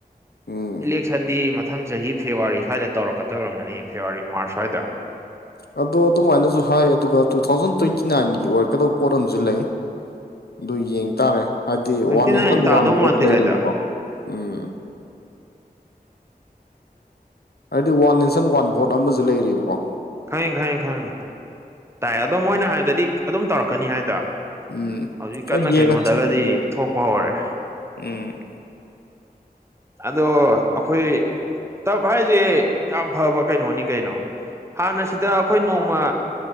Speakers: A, on the left; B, on the right.
A: ꯎꯝ
B: ꯏꯂꯦꯛꯁꯟꯗꯤ ꯃꯊꯪ ꯆꯍꯤ ꯐꯦꯕꯋꯥꯔꯤ ꯁ꯭ꯋꯥꯏꯗ ꯇꯧꯔꯛꯀꯗꯧꯔꯝꯒꯅꯤ ꯐꯦꯕꯋꯥꯔꯤ ꯃꯥꯔꯁ ꯁ꯭ꯋꯥꯏꯗ
A: ꯑꯗꯣ ꯑꯗꯨꯃꯥꯏꯅꯁꯨ ꯍꯥꯏ ꯑꯗꯨꯒ ꯇꯨ ꯊꯥꯎꯖꯟ ꯇ꯭ꯋꯦꯟꯇꯤ ꯅꯥꯏꯟꯒꯤ ꯑꯣꯏꯔꯛꯀꯗꯕ ꯄꯣꯠ ꯑꯃꯁꯨ ꯂꯩ ꯑꯗꯨ ꯌꯦꯡꯇꯥꯔꯦ ꯍꯥꯏꯕꯗꯤ
B: twenty
A: one nation
B: nine ꯇꯥꯗꯧ
A: one ꯚꯣꯠ
B: ꯃꯥꯟꯗꯦ
A: ꯂꯩꯔꯤꯕꯀꯣ
B: ꯍꯥꯏꯗ
A: ꯎꯝ ꯍꯥꯏꯗꯤ ꯋꯥꯟ ꯅꯦꯁꯟ ꯋꯥꯟ ꯚꯣꯠ ꯑꯃꯖꯨ ꯂꯩꯔꯤꯕꯀꯣ
B: ꯈꯪꯉꯦ ꯈꯪꯉꯦ ꯈꯪꯉꯦ ꯇꯥꯏ ꯑꯗꯣ ꯃꯣꯏꯅ ꯍꯥꯏꯕꯗꯗꯤ ꯑꯗꯨꯝ ꯇꯧꯔꯛꯀꯅꯤ ꯍꯥꯏꯗꯔꯣ
A: ꯎꯝ
B: ꯍꯧꯖꯤꯛ
A: ꯍꯣꯏ
B: ꯀꯟꯅ
A: ꯌꯦꯡꯉꯁꯤ
B: ꯀꯩꯅꯣꯗꯒꯗꯤ ꯊꯣꯛꯄ ꯍꯧꯔꯦ
A: ꯎꯝ
B: ꯑꯗꯣ ꯑꯈꯣꯏ ꯇꯞ ꯍꯥꯏꯖꯦ ꯌꯥꯝ ꯐꯕ ꯀꯩꯅꯣꯅꯤ ꯀꯩꯅꯣ ꯍꯥꯟꯅꯁꯤꯗ ꯑꯈꯣꯏ ꯅꯣꯡꯃ